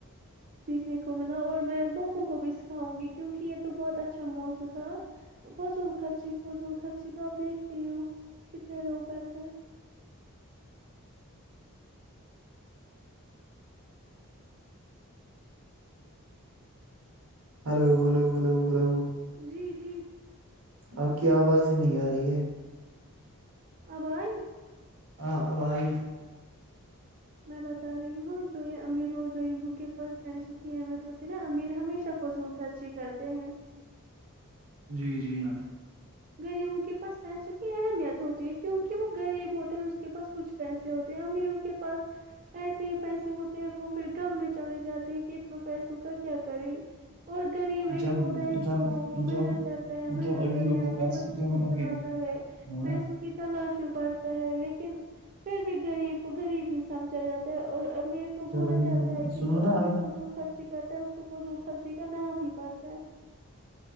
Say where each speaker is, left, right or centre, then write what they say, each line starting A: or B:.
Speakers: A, on the right; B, on the right.
A: یکنے کو ملا اور میں لوگوں کو بھی سکھاؤں گی کیونک یہ تو بہت اچھا موضوع تھا فضول خرچی فضول خرچی تو آپ دیکھتے ہو کتنے لوگ کرتے ہیں
B: ہلو ہلو ہلو ہلو
A: جی جی
B: آپ کی آواز ہی نہیں آ رہی ہے
A: اب آئی
B: ہاں اب ائی
A: میں بتا رہی ہوں جو یہ امیر اور غریبوں کے پاس پیسوں کی اہمیت ہوتی نا امیر ہمیشہ فضول خرچی کرتے ہیں
B: جی جی ہاں
A: غریبوں کے پاس پیسوں کی اہمیت ہوتی ہے کیونکہ وہ غریب ہوتے ہیں اس کے پاس کچھ پیسے ہوتے ہیں امیروں کے پاس پیسے ہی پیسے ہوتے ہیں وہ پھر غم میں چلے جاتے ہیں کہ اتن پیسوں کا کیا کرے اور غریب
B: جب
A: ایک ہوتا ہے
B: جب
A: جو محنت
B: جب
A: کرتے ہے محنت
B: جب امیروں
A: کرتے ہیں
B: کے
A: اپنے
B: پاس
A: بچوں
B: جب
A: کو کھلاتا
B: ابھی
A: ہے
B: سنو
A: پیسوں
B: نا
A: کی تلاش میں پڑتا ہے لیکن پھر بھی غریب کو غریب ہی سمجھا جاتا ہے اور امیر کو
B: جب
A: بولا
B: امیروں
A: جاتا
B: کے
A: ہے کہ
B: سنو
A: جو
B: نا
A: امیر
B: آپ
A: کوزم خرچی کہتا اس کو فضول خرچی کا نام ہی پڑتا ہے